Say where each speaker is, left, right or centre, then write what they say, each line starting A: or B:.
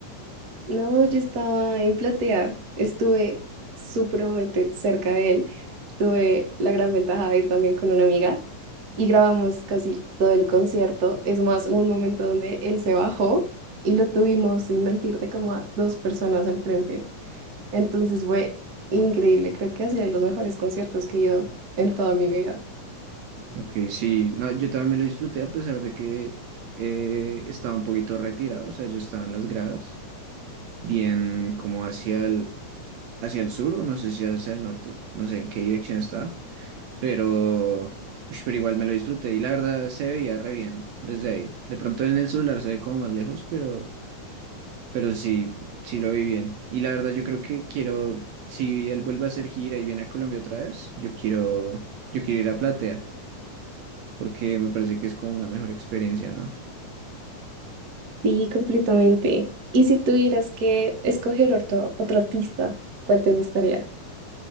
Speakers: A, on the right; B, on the right.
A: No, yo estaba en Platea, estuve supremamente cerca de él. Tuve la gran ventaja de ir también con una amiga y grabamos casi todo el concierto. Es más, hubo un momento donde él se bajó y lo tuvimos, sin mentirte, como a dos personas al frente. Entonces fue increíble. Creo que ha sido de los mejores conciertos que he ido en toda mi vida.
B: Ok, sí, no, yo también me lo disfruté a pesar de que eh, estaba un poquito retirado, o sea, yo estaba en las gradas, bien como hacia el, hacia el sur, o no sé si hacia el norte, no sé en qué dirección estaba Pero, ush, pero igual me lo disfruté y la verdad se veía re bien desde ahí. De pronto en el celular se ve como más lejos, pero, pero sí, sí lo vi bien. Y la verdad yo creo que quiero, si él vuelve a hacer gira y viene a Colombia otra vez, yo quiero, yo quiero ir a Platea, porque me parece que es como una mejor experiencia, ¿no?
A: Sí, completamente. ¿Y si tuvieras que escoger otro, otro artista, cuál te gustaría?